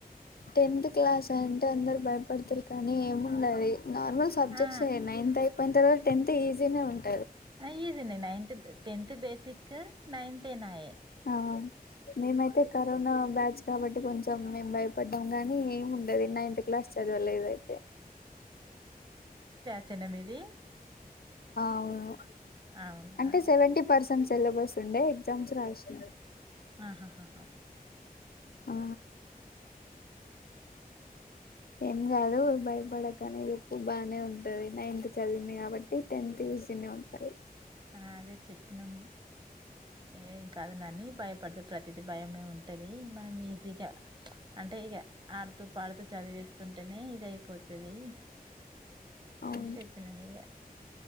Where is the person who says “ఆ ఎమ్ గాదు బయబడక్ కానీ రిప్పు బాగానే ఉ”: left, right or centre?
Left